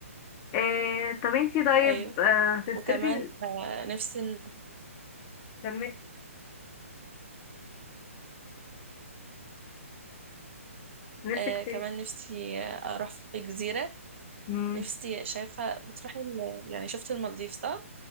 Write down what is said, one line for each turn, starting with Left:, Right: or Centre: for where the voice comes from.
Left: آه طب انتي طيب
Right: ايوه
Left: آه، هتصرفي
Right: وكمان
Left: ال-
Right: آه، نفسي إن-
Left: كملي نفسك
Right: آه،
Left: في
Right: كمان
Left: ايه
Right: نفسي آه، اروح في جزيرة
Left: امم
Right: نفسي شايفة بتروحي ال- يعني شفت المالديف صح